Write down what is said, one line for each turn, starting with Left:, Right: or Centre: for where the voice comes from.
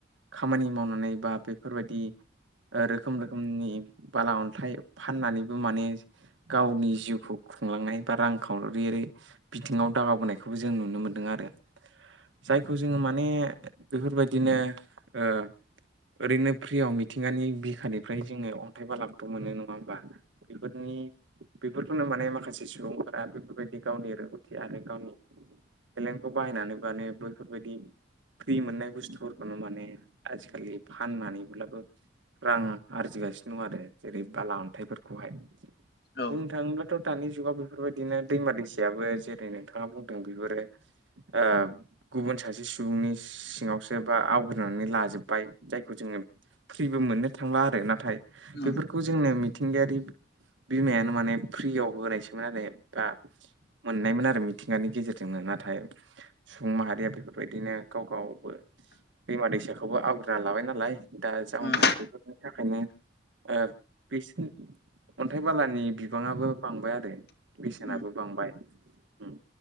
Right: खामानि मावनानै बा बेफोरबायदि ओ रोखोम रोखोमनि बाला अन्थाइ फाननानैबो माने गावनि जिउखौ खुंलांनाय बा रां खावरि रै बिथिङाव दावगाबोनायखौबो जों नुनो मोन्दों आरो। जायखौ जोङो माने बेफोरबायदिनो ओ ओरैनो फ्रियाव मिथिंगानि बिखानिफ्राय जोङो अन्थाइ बालागथ' मोनो नङा बा बेफोरनि बेफोरखौनो माने माखासे सुबुंफोरा बेफोरबायदि गावनि रोंगौथि आरो गावनि टेलेन्टखौ बाहायनानै माने बैफोरबायदि फ्रि मोननाय बुस्थुफोरखौनो माने आजिखालि फाननानैब्लाबो रां आरजिगासिनो दं आरो। जेरै बाला अन थायफोरखौहाय,
Left: औ
Right: बुंनो थाङोब्लाथ' दानि जुगाव बेफोरबायदिनो दैमा दैसायाबो जेरै नों नोंथाङा बुंदों बेफोरो ओ गुबुन सासे सुबुंनि सिङावसो बा आवग्रिनानै लाजोबबाय जायखौ जोङो फ्रिबो मोननो थांला आरो। नाथाय
Left: उम
Right: बेफोरखौ जोंनो मिथिं मिथिंगायारि बिमायानो माने फ्रियाव होनायसोमोन आरो बा मोननायमोन आरो मिथिंगानि गेजेरजोंनो। नाथा थाय सुबुं माहारिया बेफोरबायदिनो गाव गावबो दैमा दैसा खौबो आवग्रिना लाबाय नालाय दा जाउनाव
Left: उम
Right: बेफोरनि थाखायनो ओ ओम अन्थाइ बालानि बिबाङाबो बांबाय आरो। बेसेनाबो
Left: उम
Right: बांबाय। ओम।